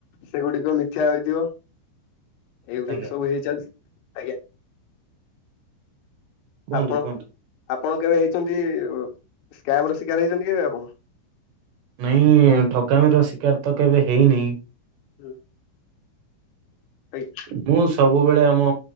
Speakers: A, on the left (about 75°); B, on the right (about 70°).
A: ସେଗୁଡିକ ମିଥ୍ୟା ହୋଇଥିବ। ଏଗୁଡ଼ିକ
B: ଆଜ୍ଞା।
A: ସବୁ ହେଇ ଚାଲିଛି ଆଜ୍ଞା।
B: କୁହନ୍ତୁ
A: ଆପଣ
B: କୁହନ୍ତୁ।
A: ଆପଣ କେବେ ହେଇଛନ୍ତି ସ୍କାମର ଶିକାର ହେଇଛନ୍ତି କେବେ ଆପଣ?
B: ନାଇଁ ଠକାମିର ଶିକାର ତ କେବେ ହେଇନାହିଁ।
A: ହୁଁ ଆଜ୍ଞା।
B: ମୁଁ ସବୁବେଳେ ଆମ